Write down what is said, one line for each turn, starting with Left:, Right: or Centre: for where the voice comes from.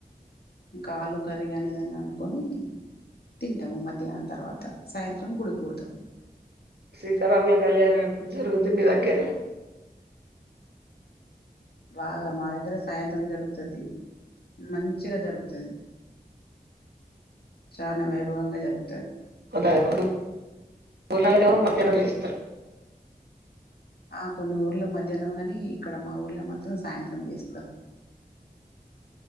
Left: ఇంకా ఆలు కర్రీ గానీ ఏదన్నా అండుకొని తింటాము మధ్యాహ్నం తర్వాత సాయంత్రం గుడి కు పోతాము
Right: సీతారాముల కళ్యాణం ఎప్పుడు జరుగుంది మీ దగ్గర
Left: బాగా మా దగ్గర సాయంత్రం జరుగుతది మంచిగా జరుగుతది చానా వైభవంగా జరుగుతది
Right: కొంత కొన్ని ఊర్లల్ల నేమో మధ్యాహ్నం చేస్తారు
Left: ఆ కొన్ని ఊర్ల మధ్యాహ్నం కాని ఇక్కడ మా ఊర్లో మాత్రం సాయంత్రం చేస్తారు